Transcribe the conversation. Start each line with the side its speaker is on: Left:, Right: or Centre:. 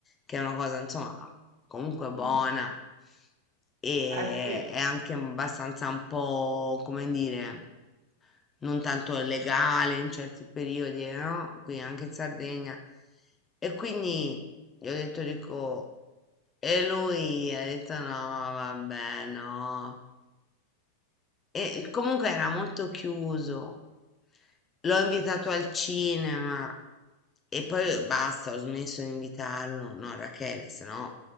Left: che è una cosa, insomma, comunque buona
Right: mm,
Left: e
Right: eh sì.
Left: è anche abbastanza un po', come dire, non tanto legale in certi periodi, eh, no? Qui anche in Sardegna. E quindi gli ho detto, dico, e lui ha detto no, vabbè, no. E comunque era molto chiuso. L'ho invitato al cinema e poi basta, ho smesso di invitarlo. No, Rachele, se no.